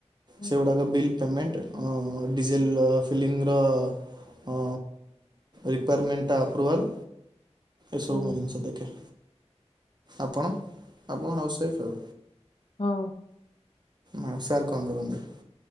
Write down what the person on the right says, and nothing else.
ସେଗୁଡ଼ାକ ବିଲ୍ ପେମେଣ୍ଟ ଅ ଡିଜେଲ ଫିଲିଂର ଅ ରିକଵୟାରମେଣ୍ଟଟ ଆପ୍ରୁଭାଲ୍ ଏସବୁ
ମୁଁ ଜିନିିଷ ଦେଖେ। ଆପଣ ଆପଣ ହାଉସ୍ୱାଇଫ୍ ଆଉ?
ହୁଁ ସାର କଣ କରନ୍ତି?